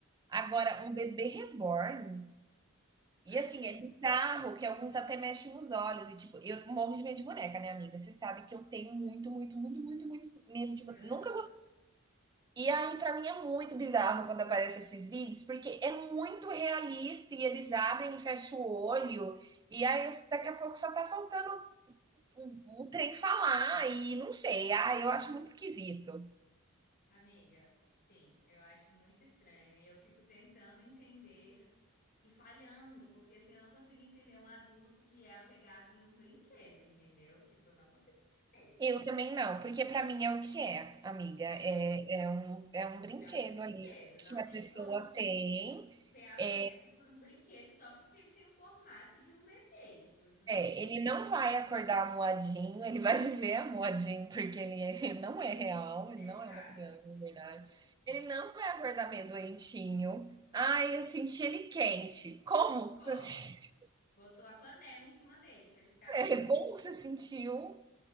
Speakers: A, on the right; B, on the left.
A: Agora,
B: É,
A: um bebê reborn.
B: amiga.
A: E assim, é bizarro que alguns até mexem nos olhos. E tipo, eu morro de medo de boneca, né, amiga? Você sabe que eu tenho muito, muito, muito, muito, muito medo de boneca.
B: aham.
A: Nunca e aí, pra mim, é muito bizarro quando aparecem esses vídeos, porque é muito realista e eles abrem e fecham o olho, e aí daqui a pouco só tá faltando o, o trem falar, e não sei, ah, eu acho muito esquisito.
B: Amiga, sim, eu acho muito estranho e eu fico tentando entender e falhando, porque assim, eu não consigo entender um adulto que é apegado em um brinquedo, entendeu? Tipo, eu não consigo entender.
A: Eu também não, porque pra mim é o que é, amiga,
B: É,
A: é, é um, é um brinquedo
B: é um brinquedo,
A: ali que
B: não
A: a
B: tem
A: pessoa
B: como
A: tem,
B: ter afeto
A: é,
B: por um brinquedo só porque ele tem o formato de um bebê, tipo, isso não
A: É, ele não
B: precisa.
A: vai acordar moadinho, ele vai viver moadinho porque ele é- <laughs> não é real, ele
B: Exato,
A: não é uma criança
B: assim,
A: de verdade.
B: no
A: Ele não vai acordar meio doentinho. Ai, eu senti ele quente. Como que
B: polo,
A: você <laughs> sentiu?
B: botou a panela em cima dele pra ele ficar
A: É,
B: quente.
A: como você sentiu um